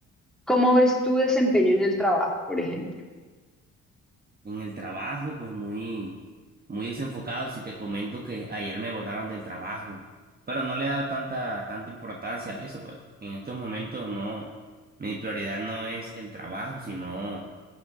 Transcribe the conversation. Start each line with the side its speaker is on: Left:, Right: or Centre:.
Centre: ¿Cómo ves tu desempeño en el trabajo, por ejemplo?
Right: en el trabajo, pues muy, muy desenfocado. Si te comento que ayer me botaron del trabajo, pero no le he dado tanta, tanta importancia a eso, pues en estos momentos no, mi prioridad no es el trabajo, sino